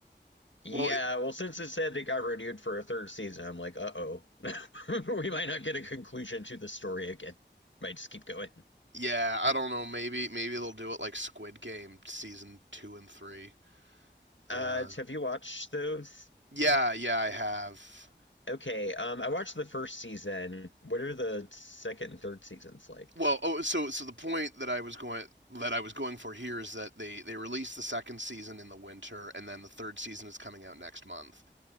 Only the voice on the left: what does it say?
Yeah,
well, since it said it got renewed for a third season, I'm like, uh-oh. <laughs> We might not get a conclusion to the story again. Might just keep going.
Uh, have you watched those?
Okay, um, I watched the first season. What are the second and third seasons like?